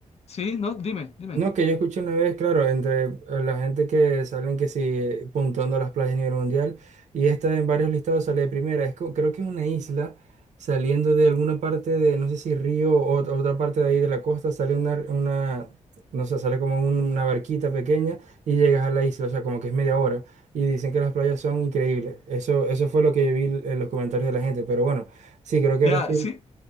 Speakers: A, on the left; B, on the right.
A: sí, no, dime, dime.
B: No, que yo escuché una vez, claro, entre eh, la gente que salen que sí puntuando las playas a nivel mundial y esta en varios listados sale de primera. Es, co- creo que es una isla saliendo de alguna parte de, no sé si río o ot- otra parte de ahí de la costa, sale una, una no sé, sale como un- una barquita pequeña y llegas a la isla, o sea, como que es media hora y dicen que las playas son increíbles. Eso, eso fue lo que vi en los comentarios de la gente, pero bueno, sí, creo que
A: Ya,
B: Brasil,
A: sí,